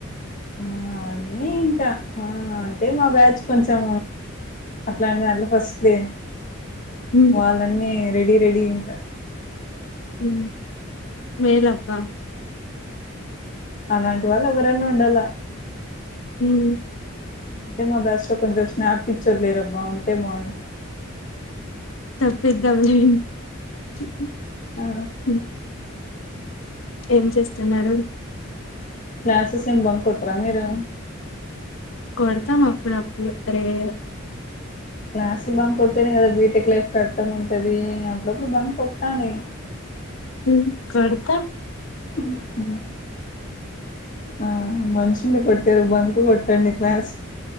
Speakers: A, on the left (about 40°); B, on the left (about 70°).
A: ఆ అవన్నీ ఇంట అంటే మా బ్యాచ్ కొంచెం అట్లాంటి దాంట్లో ఫస్ట్ లే
B: ఉమ్,
A: వాళ్ళన్నీ రెడిీ రెడిీ ఇంకా
B: ఉమ్ మేలబ్బా
A: అలాంటి వాళ్ళు ఎవరన్నా ఉండాల
B: ఉమ్
A: ఉంటే మా బ్యాస్ లో కొంచెం స్నాప్ పిచ్చోలు లేరబ్బా ఉంటే బాగుండు
B: తప్పిద్దాండి <inaudible>
A: ఆ
B: ఏం చేస్తున్నారు
A: క్లాసెస్ ఎం బంకుకోటారా మీరు
B: కొడతాం అప్పుడు అప్పుడు రేర్
A: క్లాసులు బంకు కొడితినే కదా బీటెక్ లైఫ్ కి అర్థం ఉంటది అప్పుడప్పుడు బంకు కొట్టాలి
B: ఉమ్ కొడతామ్
A: హుహు ఆ మంచ్ ఎందుకు కొట్టారు బంక్ కొట్టండి క్లాస్